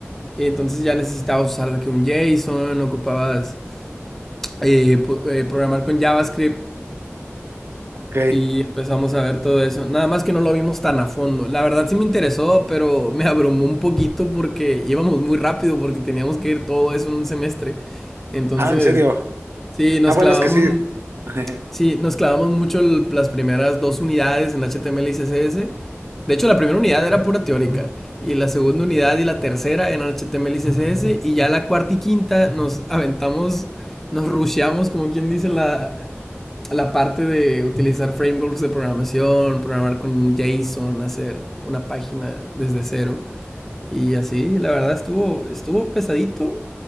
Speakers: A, in the centre; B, on the right (about 60°).
A: y entonces ya necesitabas usar de que un JSON, ocupabas eh, eh, programar con JavaScript
B: Ok.
A: y empezamos a ver todo eso. Nada más que no lo vimos tan a fondo. La verdad sí me interesó, pero me abrumó un poquito porque íbamos muy rápido porque teníamos que ir todo eso en un semestre. Entonces,
B: Ah, en serio.
A: sí, nos
B: Ah, bueno,
A: clavamos
B: es que sí. <laughs>
A: Sí, nos clavamos mucho el- las primeras dos unidades en HTML y CSS. De hecho, la primera unidad era pura teórica y la segunda unidad y la tercera eran HTML y CSS y ya la cuarta y quinta nos aventamos, nos rusheamos, como quien dice, la, la parte de utilizar frameworks de programación, programar con JSON, hacer una página desde cero y así. La verdad estuvo, estuvo pesadito,